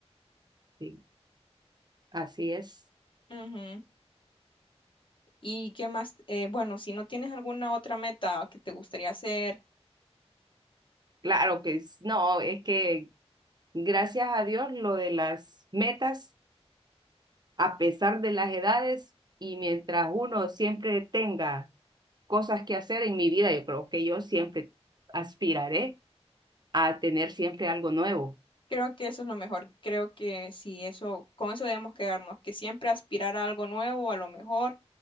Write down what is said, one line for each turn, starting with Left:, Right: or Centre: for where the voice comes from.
Right: Sí, así es.
Left: Ujú. ¿Y qué más? Eh, bueno, si no tienes alguna otra meta que te gustaría hacer,
Right: Claro que es- no, es que gracias a Dios lo de las metas, a pesar de las edades y mientras uno siempre tenga cosas que hacer en mi vida, yo creo que yo siempre aspiraré a tener siempre algo nuevo
Left: creo que eso es lo mejor. Creo que si eso, con eso debemos quedarnos, que siempre aspirar a algo nuevo, a lo mejor,